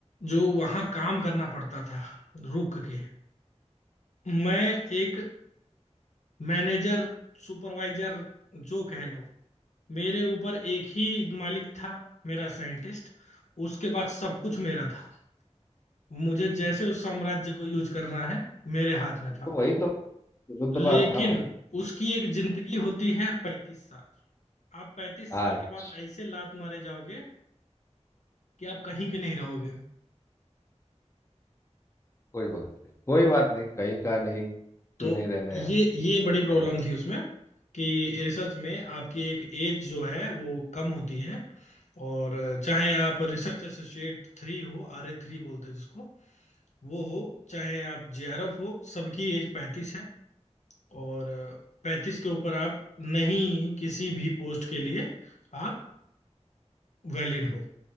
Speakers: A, on the left; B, on the left.
A: जो वहां काम करना पड़ता था रुक के मैं एक मैनेजर सुपरवाइजर जो कह लो मेरे ऊपर एक ही मालिक था मेरा साइंटिस्ट उसके बाद सब कुछ मेरा था मुझे जैसे उस साम्राज्य को यूज करना है मेरे हाथ में था
B: तो वही तो रुतबा
A: लेकिन
B: था भाई
A: उसकी एक जिंदगी होती है पैंतीस साल आप पैंतीस
B: आज
A: साल के बाद ऐसे लात मारे जाओगे कि आप कहीं के नहीं रहोगे
B: कोई बात नहीं कोई बात नहीं कहीं का नहीं क्यों
A: तो
B: नहीं रहना
A: ये
B: यार
A: ये बड़ी प्रॉब्लम
B: रहना
A: थी उसमें कि रिसर्च में आपकी एक एज जो है वो कम होती है और चाहे आप रिसर्च एसोसिएट थ्री हो आर ए थ्री बोलते हैं जिसको वो हो चाहे आप जेआरएफ हो सबकी एज पैंतीस है और पैंतीस के ऊपर आप नहीं किसी भी पोस्ट के लिए आप वैलिड हो